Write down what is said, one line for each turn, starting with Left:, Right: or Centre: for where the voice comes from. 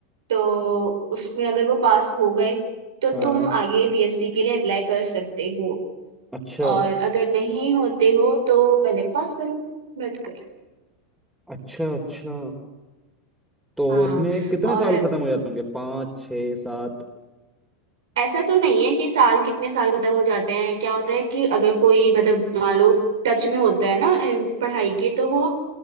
Right: तो उसमें अगर वो पास हो गए तो
Centre: हाँ
Right: तुम आगे पीएचडी के लिए अप्लाई कर सकते हो
Centre: अच्छा
Right: और अगर नहीं होते हो तो पहले पास करो बैठ कर
Centre: अच्छा अच्छा तो
Right: हाँ
Centre: इसमें कितने
Right: और
Centre: साल खत्म हो जाते होंगे पाँच छः सात
Right: ऐसा तो नहीं है कि साल कितने साल खत्म हो जाते हैं क्या होता है कि अगर कोई मतलब मान लो टच में होता है ना अ, पढ़ाई के तो वो